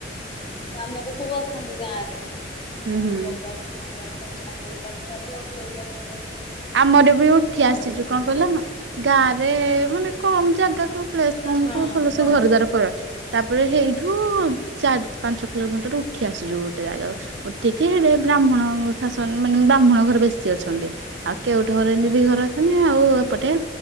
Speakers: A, on the left; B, on the right.
A: କାମରେ ସବୁ ଆସନ୍ତି ଗାଁରେ <inaudible>
B: ହୁଁ
A: ଗାଁ
B: ହୁଁ
A: ରେ ଆସନ୍ତି ତାଙ୍କର ଚାରଟା ପୁଅ ଖୁଡତା ସୁର ଅଛନ୍ତି। ସବୁ।
B: ଆମର ବି ଉଠି
A: ଗାଁରେ
B: ଆସିଛୁ
A: ଅଛନ୍ତି
B: କଣ କହିଲ ଗାଁରେ ମାନେ କମ ଜା ଗାକୁ ପ୍ଲେସକମ
A: ହଁ
B: କୁ ଭଲସେ
A: ଗହଳି
B: ଘର
A: ଜାଗା।
B: ଦ୍ୱାର କରା ତାପରେ ହେଇଠୁ ଚାରି ପାଞ୍ଚ କିଲୋମିଟର ଉଠି ଆସିଛୁ ଗୋଟେ ଯାଗାକୁ ଉଠିକି
A: ହୁଁ
B: ହେଲେ ବ୍ରାହ୍ମଣ ଶାସନ ମାନେ ବ୍ରାହ୍ମଣ ଘର ବେଶୀ ଅଛନ୍ତି। ଆଉ କେଉଟ ଘର ହେନ୍ତୀ ଦି
A: ହୁଁ
B: ଘର ମାନେ ଆଉ ଏପଟେ